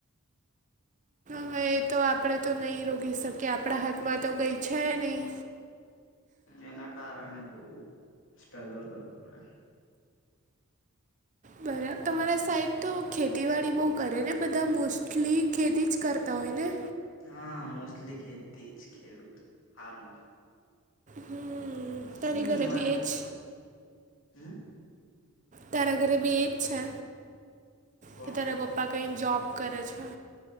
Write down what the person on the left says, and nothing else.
એના કારણે બઉ સ્ટ્રગલ કરવું પડે.
હા મોસ્ટલી ખેતી જ ખેડૂત ફાર્મર
હમ
મારે
હોટલ હમ.
કોણ